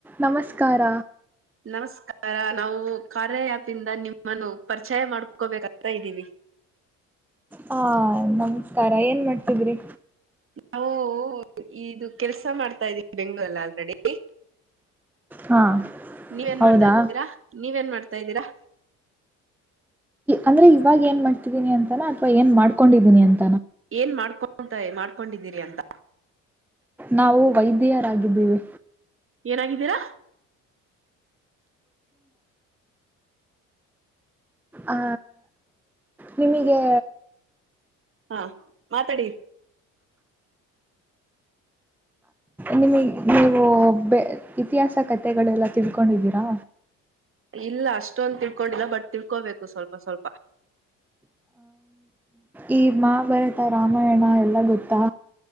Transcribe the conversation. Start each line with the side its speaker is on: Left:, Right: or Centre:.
Centre: ನಮಸ್ಕಾರ
Right: ನಮಸ್ಕಾರ ನಾವು ಕಾರ್ಯಯ್ಯಪ್ ಇಂದ ನಿಮ್ಮನ್ನು ಪರಿಚಯ ಮಾಡ್ಕೋಬೇಕತಾ ಇದ್ದೀವಿ
Centre: ಹಾ ನಮಸ್ಕಾರ ಏನ್ ಮಾಡ್ತಿದ್ರಿ
Right: ನಾವು ಇದು ಕೆಲ್ಸ ಮಾಡ್ತಾ ಇದ್ದೀವಿ ಬೆಂಗ್ಗಳೂಲ್ಲ ಆಲ್ರೆಡಿ
Centre: ಹಾ
Right: ನೀವೇನ್
Centre: ಹೌದಾ
Right: ಮಾಡ್ತಾ ಇದ್ದೀರಾ ನೀವೇನ್ ಮಾಡ್ತಾ ಇದ್ದೀರಾ
Centre: ಅಂದ್ರೆ ಇವಾಗ ಏನ್ ಮಾಡ್ತಿದ್ದೀನಿ ಅಂತಾನ ಅಥವಾ ಏನ್ ಮಾಡ್ಕೊಂಡಿದ್ದೀನಿ ಅಂತ
Right: ಏನ್ ಮಾಡ್ಕೊಂಡ ತಾಯ ಮಾಡ್ಕೊಂಡಿದ್ದೀರಿ ಅಂತ
Centre: ನಾವು ವೈದ್ಯರಾಗಿದ್ದೀವಿ
Right: ಏನಾಗಿದ್ದೀರಾ
Centre: ಆ ನಿಮಗೆ
Right: ಹಾ ಮಾತಾಡಿ <inaudible>
Centre: ನಿಮ ನೀವು ಬೆ ಇತಿಹಾಸ ಕಥೆಗಳೆಲ್ಲ ತಿಳ್ಕೊಂಡಿದ್ದೀರಾ
Right: ಇಲ್ಲ ಅಷ್ಟೊಂದು ತಿಳ್ಕೊಂಡಿಲ್ಲ ಬಟ್ ತಿಳ್ಕೋಬೇಕು ಸ್ವಲ್ಪ ಸ್ವಲ್ಪ
Centre: ಈ ಮಹಾಭಾರತ ರಾಮಾಯಣ ಎಲ್ಲ ಗೊತ್ತಾ